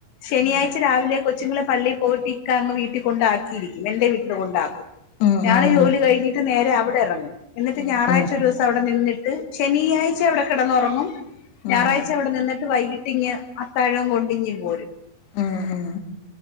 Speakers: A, on the left; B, on the left.
A: ശനിയാഴ്ച
B: ഉം
A: രാവിലെ കൊ ച്ച്ങ്ങളെ പള്ളി പോയിട്ട് ഇക്കാങ്ങ് വീട്ടി കൊണ്ടാക്കിയിരിക്കും എന്റെ വീട്ട്ല് കൊണ്ടാക്കും.
B: ഉം
A: ഞാന്
B: ഉം
A: ജോലി
B: ഉം
A: കഴിഞ്ഞിട്ട് നേരെ അവിടെ എറങ്ങും എന്നിട്ട്
B: ഉം
A: ഞായറാഴ്ച
B: ഉം
A: ഒരു ദിവ സവിടെ നിന്നിട്ട് ശനിയാഴ്ചയവിടെ കെടന്നൊറങ്ങും ഞായറാഴ്
B: ഉം
A: ച അവിടെ നിന്നിട്ട് വൈകിട്ടിങ്ങ് അത്താഴവും കൊണ്ടിങ്ങുപോരും.
B: ഉം ഉം.